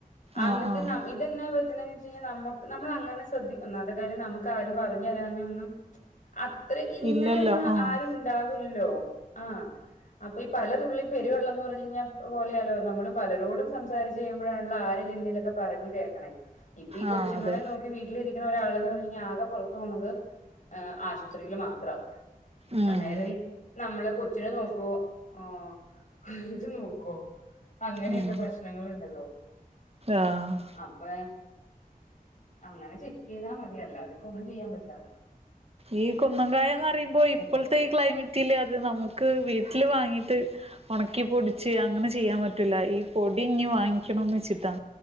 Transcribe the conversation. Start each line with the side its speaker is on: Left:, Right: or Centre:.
Left: അന്നി
Right: ആഹ് ആഹ്
Left: ന്നാ പറ്റ്ണെന്ന് വെച് കഴിഞ്ഞാ നമ്മ നമ്മളങ്ങനെ ശ്രദ്ധിക്ക ഒന്നാമത്തെ കാര്യം നമുക്ക് ആരും പറഞ് ഞ്ഞ് താരാനൊന്നും അത്ര ഇങ്ങനെയൊന്നും
Right: ഇല്ലല്ലോ ആഹ്
Left: ആരും ഇണ്ടാവില്ലല്ലോ ആഹ്. അപ്പൊ ഈ പലതുള്ളി പെരുവെള്ളം എന്ന് പറഞ്ഞു കഴിഞ്ഞാപോലെയാലോ നമ്മള് പലരോടും സംസാരിച്ച് ചെയ്യുമ്പോഴാണല്ലോ ആരേലും എന്നെലൊക്കെ പറഞ്ഞു കേൾക്കണേ. ഇപ്പ ഈ കൊച്ചുങ്ങളെ
Right: ആഹ് അതെ
Left: നോക്കി വീട്ടിലിരിക്കുന്ന ഒരാൾന്ന് പറഞ്ഞ് കഴിഞ്ഞാ ആകെ പുറത്തു പോണത് ഏഹ് ആശുപത്രിയിൽ മാത്രാ.
Right: ഉം
Left: അന്നേരം നമ്മള് കൊച്ചിനെ നോക്കുവോ ആ <unintelligible> നോക്കോ അങ്ങനെയൊക്കെ
Right: ഉം
Left: പ്രശ്നങ്ങളുണ്ടല്ലോ?
Right: ആഹ്
Left: അപ്പൊ അങ്ങനെ ചെക്ക് ചെയ്താ മതി അല്ലാതെപ്പോ ഒന്നും ചെയ്യാൻ പറ്റിലല്ലോ.
Right: ഈ കുന്നംകായന്ന് പറയുമ്പോ ഇപ്പോള്ത്തെ
Left: കൊറേ
Right: ഈ ക്ലൈമറ്റില് അത് നമുക്ക് വീട്ടില് വാങ്ങീട്ട് ഒണക്കി പൊടിച്ച് അങ്ങനെ ചെയ്യാൻ പറ്റൂല്ല ഈ പൊടി ഇഞ്ഞ് വാങ്ങിക്കണന്ന് വെച്ചിട്ടാ